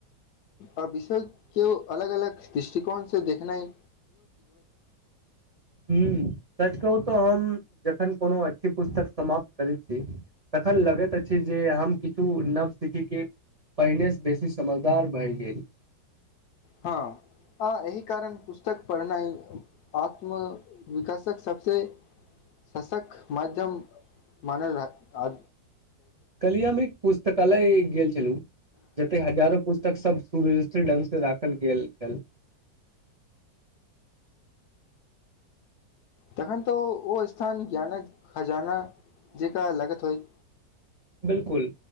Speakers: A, on the left; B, on the right.
A: आ विशेष केओ अलग -अलग दृष्टिकोण से देखनाय
B: हम्म सच कहु त हम जखन कोनो अच्छी पुस्तक समाप्त करै छी तखन लगैत अछि जे हम किछु नव सिखिके पहिने से बेसी समझदार भय गेल।
A: हाँ आ एहि कारण पुस्तक पढ़नाइ आत्मविकासक सबसे सशक माध्यम मानल रहल आ
B: कलि हमे एक पुस्तक तकालय गेल हेलो जेते हजारो पुस्तक सब सुव्यवस्थित ढंग से राखल गेल छल।
A: तखन ते ओ -ओ स्थान ज्ञानक खजाना जेका लगत होइ।
B: बिलकुल